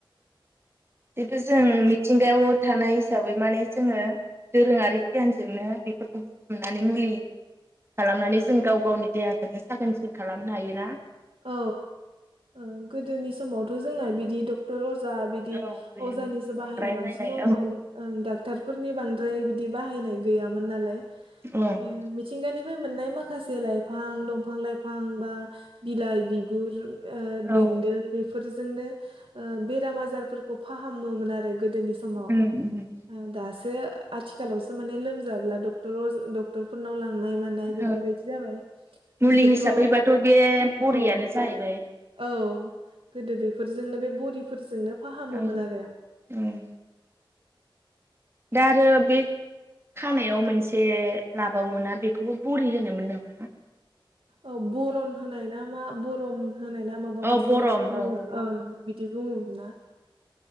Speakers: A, on the right; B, on the right.
A: खिनथु जों मिथिंगायाव थानाय हिसाबै माने जोङो दोरोङारि गियानजोंनो बेफोरखौ बुथुमनानै मुलि खालामनानै जों गाव गावनि देहाखौनो साखोन सिखोन खालामनो हायो ना
B: औ ओ गोदोनि समावथ' जोंना बिदि डक्टर अज अजा बिदि
A: औ गैयामोन।
B: अजानिसो
A: बांद्राय
B: बाहायनाय बांसिन
A: नायनाय
B: दङमोन ओ डाक्टरफोरनि बांद्राय बिदि बाहायनाय गैयामोन नालाय
A: औ
B: ओम मिथिंगानि फ्राय मोननाय माखासे लाइफां, दंफां लाइफां बा बिलाइ बिगुर ओ बेन्दों
A: औ
B: बेफ बेफोरजोंनो ओ बेराम आजारफोरखौ फाहामोमोन आरो गोदोनि समाव
A: उम उम
B: ओ दासो सो आथिखालावसो माने लोमजाब्ला डक्टर अजा डक्टर फोरनावलां लांनाय मानाय बेफोरबायदि
A: औ
B: जाबाय
A: मुलि
B: गोदोथ'
A: हिसाबैबाथ' बे बरियानो
B: औ
A: जाहैबाय।
B: औ गोदो बेफोरजोंनो बे बरिफोरजोंनो फाहामोमोन
A: औ
B: आरो
A: उम दा आरो बे खानायाव मोनसे लाबावोना बेखौबो बरि होनोमोन नामा?
B: अ बरन होनाय ना मा बरन' होनाय ना माबा
A: औ
B: मोनसे
A: बरम औ
B: बुङो
A: औ ब
B: ओं बिदि बुङोमोन ना